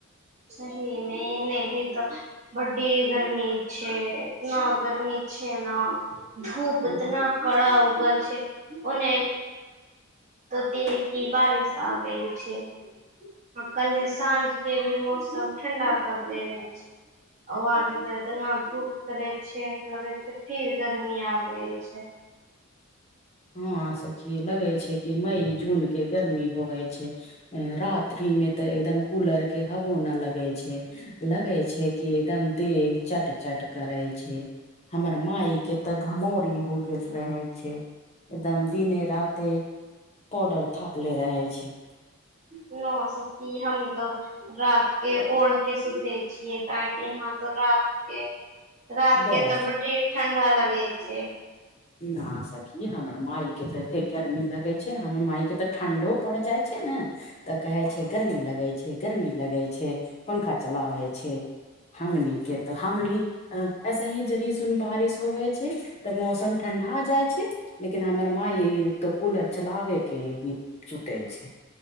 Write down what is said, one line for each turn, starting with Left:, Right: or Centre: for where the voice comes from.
Right: सही में नै ए भी तऽ बर्डे गर्मी छै इतना गर्मी छै न धूप
Left: हूँ।
Right: उतना कड़ा उगा छै ओने ती ही की बारिश आ गेल छै आ कल्हे साँझ केँ भी मौसम ठंडा कर देवे छै <unintelligible> एतना धूप करे छै लगे छै फिर गर्मी आ गेल छै
Left: हँ सखी लगे छै कि मई जून केँ गर्मी होवे छै रात्रि में तऽ एकदम कूलर केँ हवो न लगे छै लगै छै कि एकदम देह चट चट करै छै हमर माई केँ तऽ घमौरी हो गेल रहे छै एकदम दिने राते पौडर थापले रहे छै
Right: न सखी हम तो रात केँ ओढ़ केँ सुते छियै का है कि यहाँ तऽ रात केँ रात
Left: बस
Right: केँ तऽ बडे ठण्डा लगे छै
Left: न सखी हमर माई केँ ते एते गर्मी लगे छै हमर माई केँ तऽ ठंडो पड़ जाय छै ने तऽ कहे छै गर्मी लगे छै गरमी लगे छै पंखा चलाब छै हमनीे तऽ हमनी ऐसे ही जरी स बारिश होबे छै तऽ मौसम ठंढा जाइ छै लेकिन हमर माई तो कूलर चलाबे केँ है छूट छै